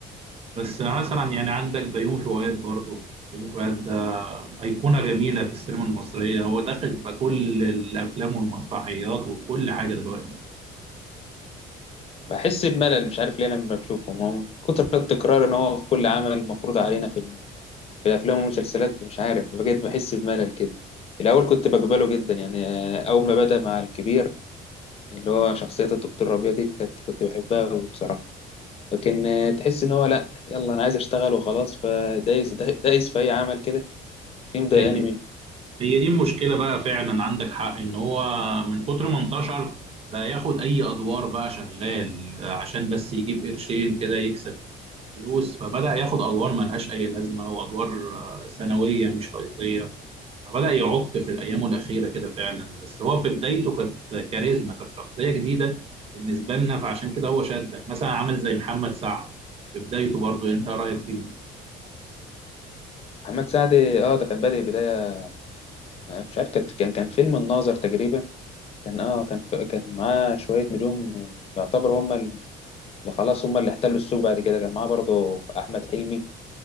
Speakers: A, on the right (about 35°); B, on the left (about 35°).
A: بس مثلا يعني عندك بيومي فؤاد برضو بيومي فؤاد ده ايقونه جميله في السينما المصريه هو داخل في كل الافلام والمسرحيات وفي كل حاجه دلوقتي
B: بحس بملل مش عارف ليه انا لما بشوفهم هو من كتر التكرار ان هو في كل عمل مفروض علينا في ال- في الافلام والمسلسلات مش عارف بجد بحس بملل كده الاول كنت بقبله جدا يعني آه، اول ما بدا مع الكبير اللي هو شخصيه الدكتور ربيع دي كنت كنت بحبها أوي بصراحه لكن آه، تحس ان هو لا يلا انا عايز اشتغل وخلاص فدايس دايس في اي عمل كده دي مضايقاني
A: هي
B: منه
A: هي دي المشكله بقى فعلا عندك حق ان هو من كتر ما انتشر بقى ياخد اي ادوار بقى شغال عشان بس يجيب قرشين كده يكسب فلوس فبدأ ياخد أدوار ملهاش أي لازمة وأدوار آه، ثانوية مش رئيسية فبدأ يعق في أيامه الأخيرة كده فعلا بس هو في بدايته كانت كاريزما كانت شخصية جديدة بالنسبة لنا فعشان كده هو شدك مثلا عامل زي محمد سعد في بدايته برضو أنت رأيك فيه؟
B: محمد سعد اه ده كان بادئ بدايه مش عارف كان كان كان فيلم الناظر تقريبا كان اه كان كان معاه شوية نجوم يعتبر هم اللي خلاص هم اللي احتلوا السوق بعد كده كان معاه برضه أحمد حلمي